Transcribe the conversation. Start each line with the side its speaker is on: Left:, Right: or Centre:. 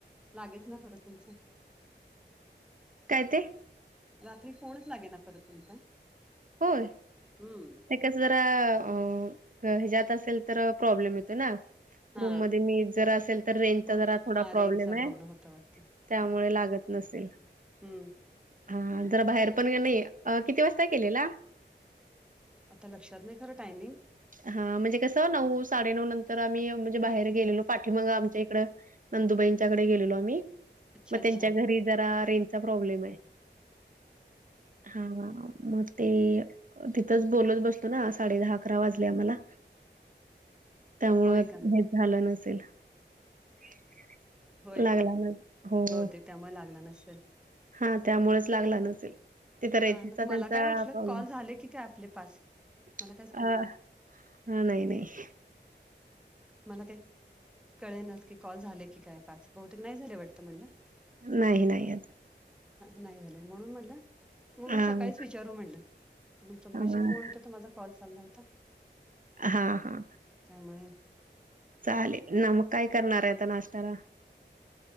Centre: लागेच ना परत तुमचं.
Right: काय ते?
Centre: रात्री फोनच लागे ना परत तुमचा.
Right: होय ते
Centre: हम्म
Right: तेच जरा अ हेज्यात असेल तर प्रॉब्लेम येतो ना.
Centre: हा
Right: रूम मध्ये मी जर असेल तर रेंजचा
Centre: बहुत
Right: जरा थोडा
Centre: हा
Right: प्रॉब्लेम
Centre: रेंजचा
Right: आय.
Centre: होता वाटत
Right: त्यामुळे लागत नसेल.
Centre: हम्म
Right: हा जरा बाहेर पण कने, किती वाजता केलेला?
Centre: आता लक्षात नाही खरं टायमिंग.
Right: हा म्हणजे कसं नऊ -साडेनऊ नंतर आम्ही म्हणजे बाहेर गेलेलो पाठीमाग आमच्या इकडं नंदुबाईंच्याकडे गेलेलो आम्ही,
Centre: अच्छा
Right: म
Centre: अच्छा
Right: त्यांच्या घरी जरा रेंजचा प्रॉब्लेम हाय. <inaudible> हा मग ते तिथंच बोलत बसतो ना साडेदहा -अकरा वाजले आम्हाला. त्यामुळं
Centre: होय का
Right: हेच झालं नसेल. <inaudible>
Centre: होय
Right: लागला
Centre: का
Right: ना- हो.
Centre: बहुतेक त्यामुळे लागला नसेल.
Right: हा त्यामुळेच लागला नसेल. तिथं रेंजचा
Centre: हा मला
Right: तेंचा
Centre: काय वाटलं
Right: प्रॉब्लेम
Centre: कॉल झाले की काय आपले पाच
Right: <unintelligible>
Centre: मला कायच कळेना
Right: आ हा नाही -नाही
Centre: मला काय, कळेनाच की कॉल झाले की काय? पाच, बहुतेक नाही झाले वाटत मला
Right: नाही, नाही येत.
Centre: नाही झाले म्हणून म्हटलं म-म
Right: हां,
Centre: सकाळीच विचारू म्हटलं तुमचा मगाशी
Right: हां,
Centre: फोन होता तर माझा कॉल चालला होता.
Right: हां,
Centre: हम्म
Right: हां.
Centre: त्यामुळे
Right: चालेल ना, मग काय करणारये आता नाष्ट्याला?